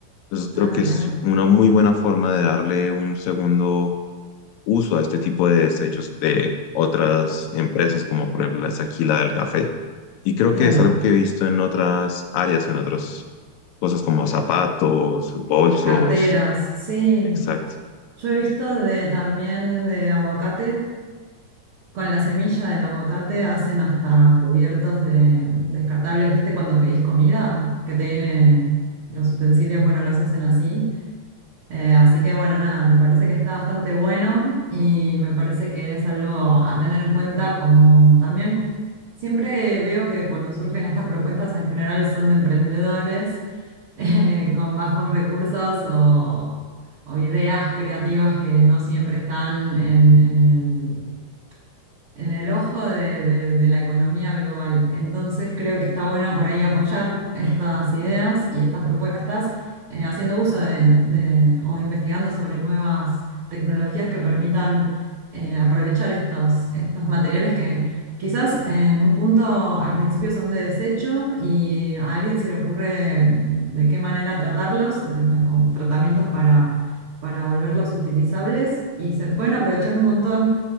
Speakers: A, on the left; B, on the right.
A: Entonces
B: ah,
A: creo que
B: mirá.
A: es una muy buena forma de darle un segundo uso a este tipo de desechos de otras empresas, como por ejemplo es aquí la del café. Y creo
B: Claro,
A: que es algo que he visto en otras áreas, en otras cosas como zapatos, bolsos.
B: carteras, sí.
A: Exacto,
B: Yo he visto de también de aguacate Con la semilla del aguacate hacen hasta cubiertos de descartables, ¿viste? Cuando pedís comida, que te viene los utensilios, bueno, los hacen así. Eh, así que bueno, nada, me parece que está bastante bueno y me parece que es algo a tener en cuenta como también siempre veo que cuando surgen estas propuestas en general son de emprendedores <laughs> eh, con bajos recursos o, o ideas creativas que no siempre están en, en el en el ojo de, de- de la economía global. Entonces creo que está bueno por ahí apoyar estas ideas y estas propuestas, eh, haciendo uso de, de- o investigando sobre nuevas tecnologías que permitan eh, aprovechar estos, estos materiales que quizás en un punto al principio son de desecho y a alguien se le ocurre de qué manera tratarlos, de- o, o tratamientos para, para volverlos utilizables y se pueden aprovechar un montón